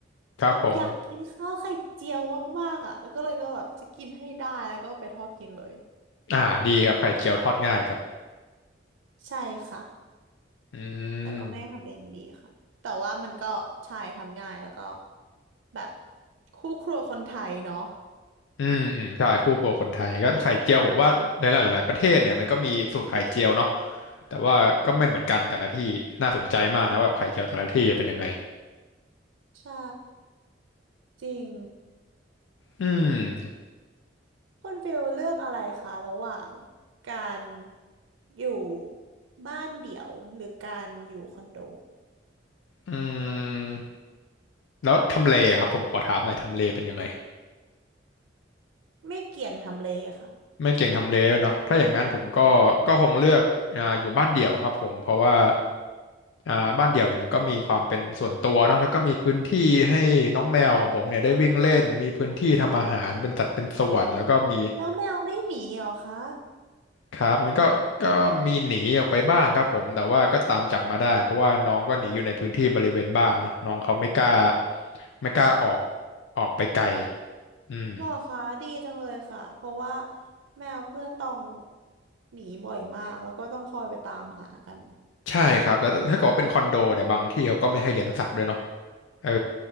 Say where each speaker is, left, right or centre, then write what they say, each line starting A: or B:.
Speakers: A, on the left (about 75°); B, on the right (about 85°).
A: ครับผม
B: แบบอยากกินข้าวไข่เจียวมากๆอ่ะแล้วก็เลยก็แบบจะกินให้ได้แล้วก็ไปทอดกินเลย
A: อ่าดีครับไข่เจียวทอดง่ายครับ
B: ใช่ค่ะ
A: อื
B: แต่ก็ไม่ได้ทำเองอยู่ดีค่ะแต่ว่ามันก็ใช่ทำง่ายแล้วก็
A: ม
B: แบบคู่ครัวคนไทยเนาะ
A: อืมอืมใช่คู่ครัวคนไทยก็ไข่เจียวผมว่าในหลายๆประเทศเนี่ยมันก็มีสูตรไข่เจียวเนาะ แต่ว่าก็ไม่เหมือนกันแต่ละที่น่าสนใจมากนะแบบไข่เจียวแต่ละที่จะเป็นยังไง
B: ใช่จริง
A: อืม
B: คุณฟิลเลือกอะไรคะระหว่างการอยู่บ้านเดี่ยวหรือการอยู่คอนโด
A: อืมแล้วทำเลครับผมขอถามหน่อยทำเลเป็นยังไง
B: ไม่เกี่ยงทำเลค่ะ
A: ไม่เก่งทำเลด้วยเนาะถ้าอย่างนั้นผมก็ก็คงเลือกอ่าอยู่บ้านเดี่ยวครับผมเพราะว่าอ่าบ้านเดี่ยวเนี่ยมันก็มีความเป็นส่วนตัวเนาะแล้วก็มีพื้นที่ให้น้องแมวของผมเนี่ยได้วิ่งเล่นมีพื้นที่ทำอาหารเป็นสัดเป็นส่วนแล้วก็มี
B: แล้วแมวไม่หนีเหรอคะ
A: ครับมันก็ก็มีหนีออกไปบ้างครับผมแต่ว่าก็ตามจับมาได้เพราะว่าน้องก็หนีอยู่ในพื้นที่บริเวณบ้านเนาะน้องเขาไม่กล้าไม่กล้าออกออกไปไกลอืม
B: หรอคะดีจังเลยค่ะเพราะว่าแมวเพื่อนต้องหนีบ่อยมากแล้วก็ต้องคอยไปตามหากัน
A: ใช่ครับแล้วถ้าถ้าเกิดว่าเป็นคอนโดเนี่ยบางที่เขาก็ไม่ให้เลี้ยงสัตว์ด้วยเนาะเออ